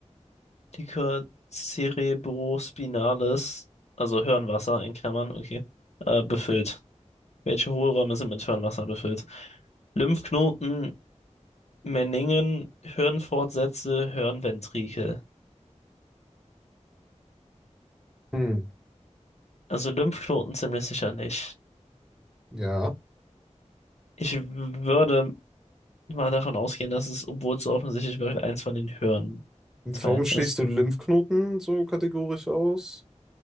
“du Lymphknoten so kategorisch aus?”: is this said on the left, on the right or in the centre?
Centre